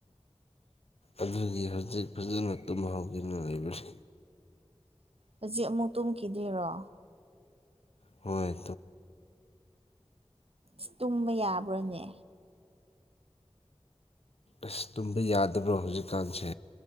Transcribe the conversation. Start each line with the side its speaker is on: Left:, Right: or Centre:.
Left: ꯑꯗꯨꯒꯤ ꯍꯧꯖꯤꯛ ꯐꯖꯅ ꯇꯨꯝꯍꯥꯎꯗꯅ ꯂꯩꯕꯅꯤ
Right: ꯍꯧꯖꯤꯛ ꯑꯃꯨꯛ ꯇꯨꯝꯈꯤꯗꯣꯏꯔꯣ
Left: ꯍꯣꯏ
Right: ꯑ ꯇꯨꯝꯕ ꯌꯥꯕ꯭ꯔꯥꯅꯦ
Left: ꯑꯁ ꯇꯨꯝꯕ ꯌꯥꯗꯕ꯭ꯔꯣ ꯍꯧꯖꯤꯛꯀꯥꯟꯁꯦ